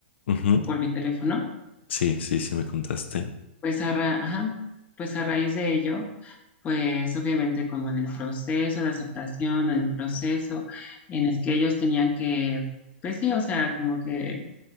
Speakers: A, on the left; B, on the left.
A: Ujú,
B: por mi teléfono.
A: Sí, sí, sí, me contaste.
B: Pues a ra- ajá, pues a raíz de ello, pues obviamente como en el proceso de aceptación, en el proceso en el que ellos tenían que, pues sí, o sea, como que